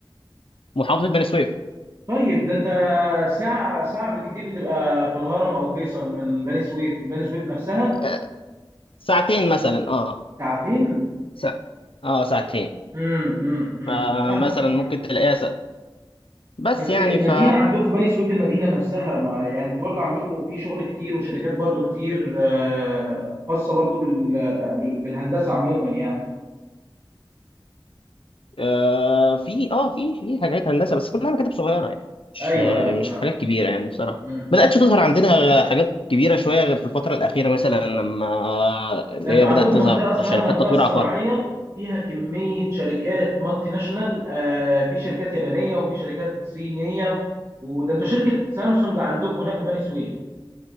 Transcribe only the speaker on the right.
طيب ده انت ساعة ساعة بالكتير بتبقى في الهرم او فيصل من بني سويف من بني سويف نفسها
ساعتين
امم امم امم
فاهمك
فاهمك
بس
المدينة
عندكم بني سويف المدينة نفسها ما يعني انت برضو عندكم في شغل كتير وشركات برضو كتير آه، خاصة برضو بال- آه، بال- بالهندسة عموما يعني
ايوه
ايوه
فاهم
مم.
ده انتوا
عندكم
منطقة اسمها
المنطقة
الصناعية
فيها كمية شركات مالتي ناشونال آه في شركات يابانية وفي شركات صينية وده انتوا شركة سامسونج عندكم هناك في بني سويف